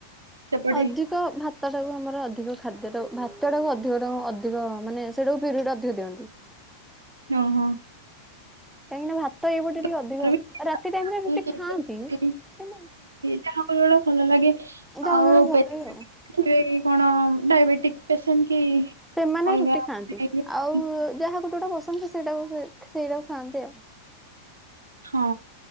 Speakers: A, on the right (about 75°); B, in the centre.
A: ସେପଟେ
B: ଅଧି କ ଭାତଟାକୁ ଆମର ଅଧିକ ଖାଦ୍ୟଟା ଭାତଟାକୁ ଅଧିକ ଅଧିକ ମାନେ ସେଟାକୁ ପିରିୟଡ଼ ଅଧିକ ଦିଅନ୍ତି।
A: ଓ ହୋ।
B: କାହିଁକି ନା ଭାତ ଏଇ ପଟେ ଟିକେ
A: ଆମର
B: ଅଧିକ ଆଉ।
A: ବି
B: ରାତି ଟାଇମ ଟା ରୁଟି ଖାଆନ୍ତି କିନ୍ତୁ
A: କେତେ ଯାହାକୁ ଯଉଟା ଭଲ ଲାଗେ
B: ଯାହାକୁ
A: ଆଉ
B: ଯୋଉଟା ଭଲ
A: ଥିବେ
B: ଲାଗେ ଆଉ
A: କି କଣ ଡାଇବେଟିକ ପେସେଣ୍ଟ କି
B: ସେମାନେ
A: ଅଲଗା
B: ରୁଟି ଖାଆନ୍ତି,
A: ମାନେ ଇଏ-
B: ଆଉ ଯାହାକୁ ଯୋଉଟା ପସନ୍ଦ ସେଇଟାକୁ ସେଇଟାକୁ ଖାଆନ୍ତି ଆଉ।
A: ହଁ,